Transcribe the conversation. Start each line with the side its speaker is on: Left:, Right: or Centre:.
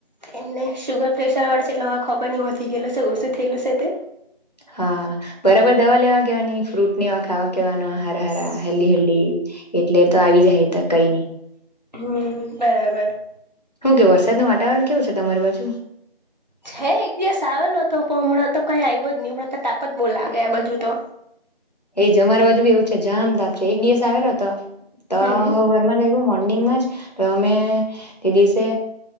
Right: એમને શુગર પ્રેશર વાળે છે એટલે હવે ખબર નઈ વધી ગેલું છે ઓસુ થેલું છે તે
Left: હા બરાબર દવા લેવા કેવાની ફ્રૂટ નેવા ખાવા કેવાના રા હેલી હેલી એટલે તો આવી જાય તો કઈ નહી.
Right: હમ, બરાબર.
Left: હું કે વરસાદનું વાતાવરણ- કેવું છે તમારી બાજુ
Right: છે એક દિવસ આવેલો. તો હમણાં તો કઈ આઇવો જ નહી હમણાં તો તાપ જ બો લાગે આ બજુ તો.
Left: એ જમારા બાજુ બી એવું છે જામ તામ છે એક દિવસ આવેલો હતો તો
Right: હમ
Left: હવારમાં જ આઇવો મોર્નિંગમાં જ તો અમે તે દિવસે